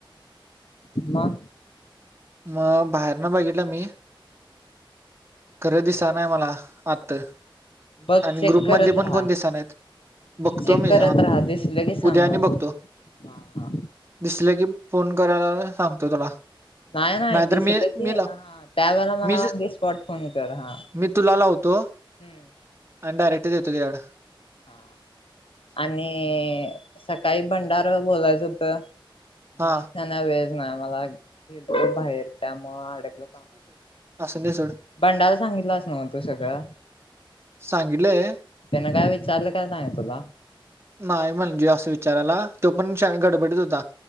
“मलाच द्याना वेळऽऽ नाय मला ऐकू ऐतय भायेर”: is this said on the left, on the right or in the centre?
Left